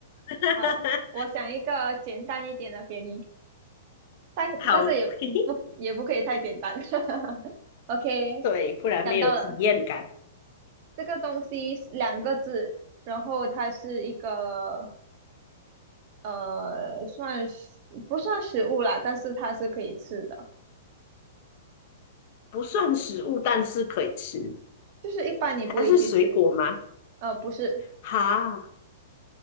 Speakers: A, on the left; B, on the right.
A: <laughs>
B: 好，我想一个简单一点的给你，但但是也不也不可以太简单。
A: 好，<laughs> 嘿嘿，
B: <laughs> OK，
A: 对，不然没有体验感。
B: 想到了，这个东西是两个字，然后它是一个呃，算是不算食物啦，但是它是可以吃的，
A: 不算食物，但是可以吃。
B: 就是一般你不会去吃，
A: 它是水果吗？
B: 呃，不是，
A: 哈，